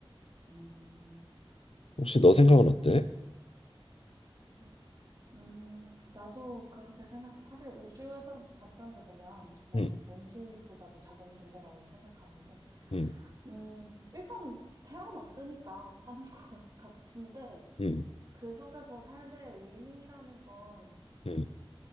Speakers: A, on the right; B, on the left.
A: 음,
B: 혹시 너 생각은 어때?
A: 그치, 그치. 음, 나도 그렇게 생각해. 사실 우주에서 관점에서 보면 정말
B: 음,
A: 먼지보다도 작은 존재라고 생각하는데
B: 음,
A: 음, 일단 태어났으니까 사는 <laughs> 것 같은데,
B: 음,
A: 그 속에서 삶의 의미라는 건,
B: 음,